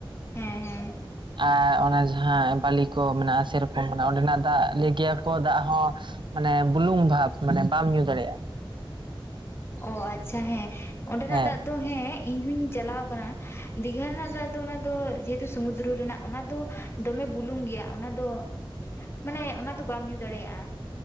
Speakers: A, on the left; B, on the right.
A: ᱦᱮᱸ ᱦᱮᱸ
B: ᱟᱨ ᱚᱱᱟ ᱡᱟᱦᱟᱸ ᱵᱟᱞᱤ ᱠᱚ ᱢᱮᱱᱟᱜᱼᱟ ᱥᱮᱨᱚᱠᱚᱢ ᱢᱮᱱᱟᱜᱼᱟ ᱚᱸᱰᱮᱱᱟᱜ ᱫᱟᱜ ᱞᱮᱭ ᱜᱮᱭᱟ ᱠᱚ ᱫᱟᱜ ᱦᱚᱸᱼᱼ ᱢᱟᱱᱮ ᱵᱩᱞᱩᱝ ᱵᱷᱟᱵ ᱢᱟᱱᱮ ᱵᱟᱢ ᱧᱩ ᱫᱟᱲᱮᱭᱟᱜᱼᱟ
A: ᱚ ᱟᱪᱪᱷᱟ ᱦᱮᱸ ᱚᱸᱰᱮᱱᱟᱜ
B: ᱦᱮᱸ
A: ᱫᱟᱜᱼᱼ ᱫᱚ ᱦᱮᱸ ᱤᱧ ᱦᱚᱧ ᱪᱟᱞᱟᱣ ᱠᱟᱱᱟ ᱫᱤᱜᱷᱟ ᱨᱮᱱᱟᱜ ᱫᱟᱜ ᱫᱚ ᱚᱱᱟ ᱫᱚ ᱡᱮᱦᱮᱛᱩ ᱥᱚᱢᱩᱫᱽᱨᱚ ᱨᱮᱱᱟᱜ ᱚᱱᱟ ᱫᱚᱼᱼ ᱫᱚᱢᱮ ᱵᱩᱞᱩᱝ ᱜᱮᱭᱟ ᱚᱱᱟ ᱫᱚ ᱢᱟᱱᱮ ᱚᱱᱟ ᱫᱚ ᱵᱟᱢ ᱧᱩ ᱫᱟᱲᱮᱭᱟᱜᱼᱟ